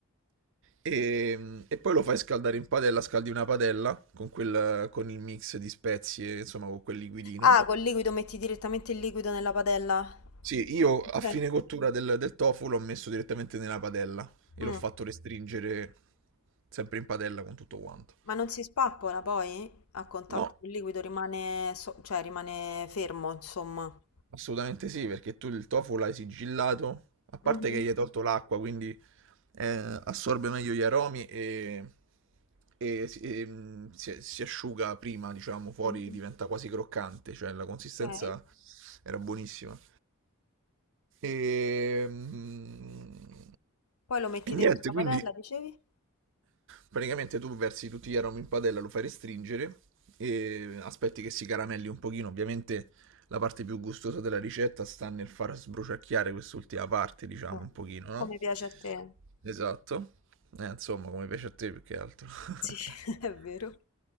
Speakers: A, on the right; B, on the left.
A: e, e poi lo fai scaldare in padella, scaldi una padella con, quel, con il mix di spezie, insomma, con quel liquidino.
B: Ah, col liquido metti direttamente il liquido nella padella.
A: Sì, io a
B: Ok.
A: fine cottura del, del tofu l'ho messo direttamente nella padella e
B: Mm.
A: l'ho fatto restringere sempre in padella con tutto quanto.
B: Ma non si spappola poi? A contatto
A: No,
B: col liquido rimane, so- cioè rimane fermo, insomma.
A: assolutamente sì, perché tu il tofu l'hai sigillato, a parte
B: Mhm,
A: che gli hai tolto l'acqua, quindi eh, assorbe meglio gli aromi e, e si, e, mm, si- si asciuga prima, diciamo, fuori
B: mhm.
A: diventa quasi croccante, cioè la consistenza
B: Ok.
A: era buonissima. E, mm,
B: Poi lo metti
A: e niente,
B: dentro la
A: quindi
B: padella, dicevi?
A: Praticamente tu versi tutti gli aromi in padella, lo fai restringere e aspetti che si caramelli un pochino. Ovviamente la parte più gustosa della ricetta sta nel far sbruciacchiare quest'ultima parte, diciamo,
B: Mm.
A: un pochino, no?
B: Come piace a te.
A: Esatto. Eh, insomma, come piace a te più che altro. <laughs>
B: Sì, <laughs> è vero.